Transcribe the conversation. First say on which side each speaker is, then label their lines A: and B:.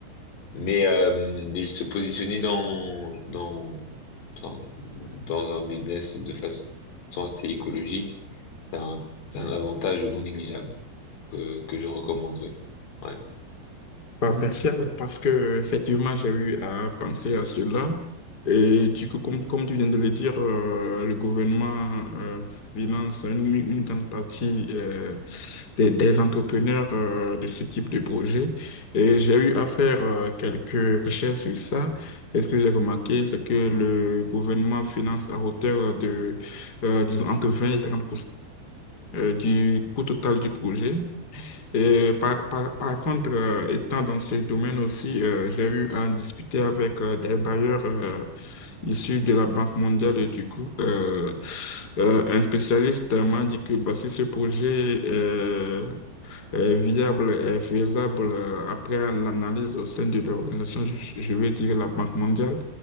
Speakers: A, on the left; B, on the left.
A: Mais, euh, mais se positionner dans, dans, enfin, dans un business de façon assez écologique, c'est un, c'est un avantage non négligeable que, que je recommande, oui. Ouais.
B: Ah, merci alors, parce que euh, effectivement j'ai eu à penser à cela et du coup comme, comme tu viens de le dire euh, le gouvernement euh, finance une, une grande partie euh, des, des entrepreneurs euh, de ce type de projet et j'ai eu à faire euh, quelques recherches sur ça et ce que j'ai remarqué c'est que le gouvernement finance à hauteur de euh, disons entre vingt et 30 euh, du coût total du projet et par, par, par contre, euh, étant dans ce domaine aussi, euh, j'ai eu à discuter avec euh, des bailleurs euh, issus de la Banque mondiale et du coup, euh, euh, un spécialiste m'a dit que bah, si ce projet est, est viable, est faisable euh, après l'analyse au sein de l'organisation, je, je vais dire la Banque mondiale,